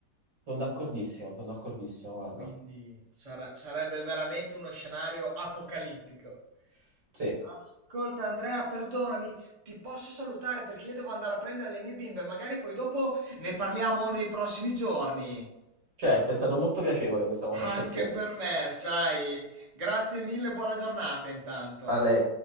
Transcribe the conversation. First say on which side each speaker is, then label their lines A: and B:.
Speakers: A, on the right; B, on the right.
A: Sono d'accordissimo, sono d'accordissimo, guarda.
B: Quindi sare- sarebbe veramente uno scenario apocalittico.
A: Sì,
B: Ascolta Andrea, perdonami, ti posso salutare perché io devo andare a prendere le mie bimbe, magari poi dopo ne parliamo nei prossimi giorni.
A: certo, è stato molto piacevole questa conversazione.
B: Anche per me, sai. Grazie mille, buona giornata intanto.
A: A lei.